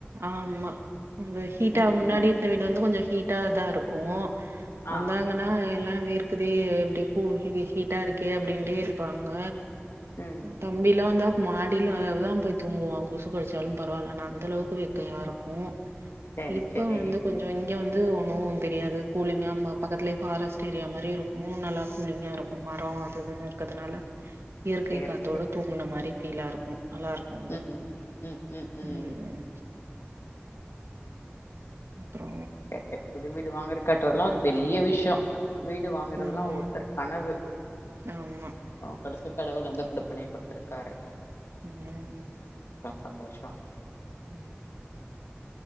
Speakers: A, on the right; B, on the left.
A: ஆமா ஹீட்டா
B: ம்
A: முன்னாடிருந்தவீடு
B: ம்
A: வந்து கொஞ்சம் ஹீ டா தான் இருக்கும்
B: ஆ
A: வந்தாங்கன்னா எல்லாம் வேர்க்குது எப்படி கூ ஹீட்டா இருக்கே அப்படின்ட்டே ப்பாங்க
B: ம்
A: தம்பிலா வந்தா மாடியிலதான் போய் தூங்குவான் கொசு கடிச்சாலும் பரவால்ல ஆனா அந்த அளவுக்கு வெக்கையா இருக்கும்
B: சேரி
A: இப்ப
B: சேரி
A: வந்து கொஞ்சம் இங்கே வந்து ஒன்னும் தெரியாது கூலிங்காக பக்கத்திலேயே ஃபாரஸ்ட் ஏரியா மாரி இருக்கும் நல்லா கூலிங்காக இருக்கும் மரம் அதுன்னு இருக் முக்கதுனால இயற்கை
B: சேரி
A: காத்தோடு
B: சேரி
A: தூங்குன மாரி ஃபீலாருக்கும் நல்லா இருக்கும் வந்து
B: ம் ம் ம் ம் ம்
A: உம் அப்றோ
B: கே கே புது வீடு வாங்கரக் கட்டுறதுல்லாம் ஒரு பெரிய விஷயம் வீடு வாங்குறதெல்லாம்
A: ம்
B: ஒருத்தர் கனவு
A: ஆமா
B: அவங்களுக்கு கடவுள் அந்த குடுப்பணை கொடுத்துருக்காரு
A: உம்
B: சந்தோஷம்
A: உம்